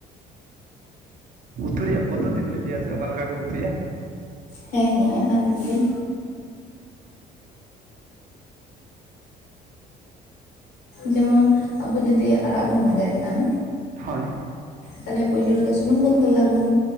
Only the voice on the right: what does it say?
ᱩᱛᱩ ᱨᱮᱭᱟᱜ ᱯᱚᱫᱫᱷᱚᱛᱤ ᱠᱩᱞᱤ ᱞᱟᱹᱭᱟ ᱥᱮ ᱚᱠᱟ ᱞᱮᱠᱟ ᱠᱚ ᱩᱛᱩᱭᱟ?
ᱦᱳᱭ᱾